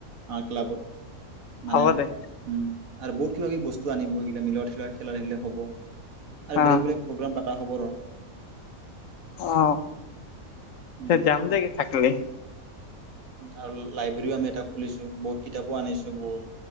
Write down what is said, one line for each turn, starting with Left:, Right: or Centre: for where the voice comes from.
Right: অ ক্লাবত মানে
Left: হ'ব দে
Right: উম আৰু বহুত কিবা কিবি বস্তু আনিব সেইগিলা মিলত খেলা গেলে হ'ব <unintelligible> আৰু
Left: অ
Right: বেলেগ বেলেগ প্ৰগ্ৰাম এটা হ'ব ৰ
Left: অহ
Right: উম
Left: যাম দেই থাকিলে
Right: আৰু লাইব্ৰেৰীও আমি এটা খুলিছো বহুত কিতাপো আনিছো বহুত